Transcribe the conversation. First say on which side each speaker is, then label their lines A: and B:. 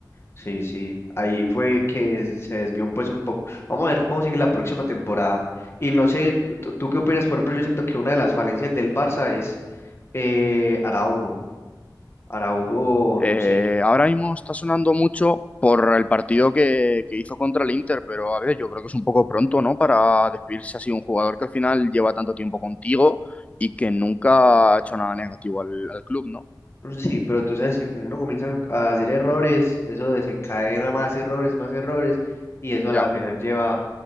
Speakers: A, on the left (about 35°); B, on the left (about 20°).
A: Sí, sí. Ahí fue que se desvió un, pues un poco. Vamos a ver cómo sigue la próxima temporada. Y no sé, ¿tú tú qué opinas? Por ejemplo, yo siento que una de las falencias del Barça es eh, Araujo. Araujo,
B: Eh,
A: no sé.
B: ahora mismo está sonando mucho por el partido que, que hizo contra el Inter, pero a ver, yo creo que es un poco pronto, ¿no? Para despedirse así de un jugador que al final lleva tanto tiempo contigo y que nunca ha hecho nada negativo al, al club, ¿no?
A: No sé, Sí, pero tú sabes que cuando uno comienza a hacer errores, eso desencadena más errores, más errores, y eso
B: Ya,
A: a la final lleva